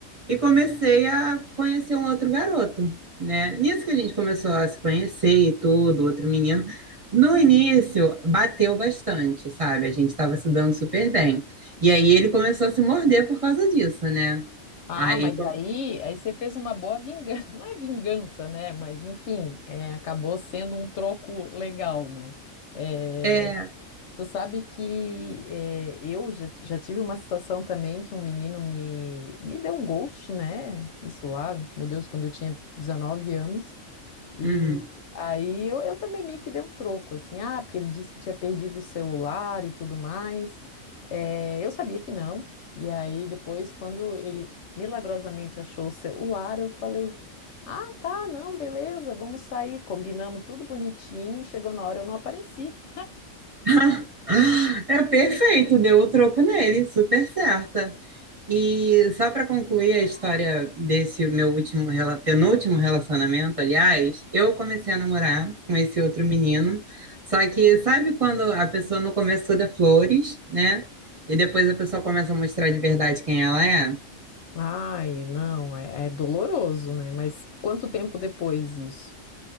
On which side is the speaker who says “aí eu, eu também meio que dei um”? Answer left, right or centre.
Left